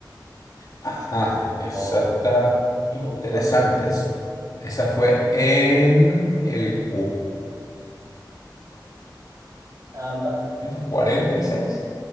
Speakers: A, on the left; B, on the right.
A: Ajá, esa
B: O
A: está interesantes.
B: ocupas opción.
A: Esa fue en el
B: Anda,
A: 46,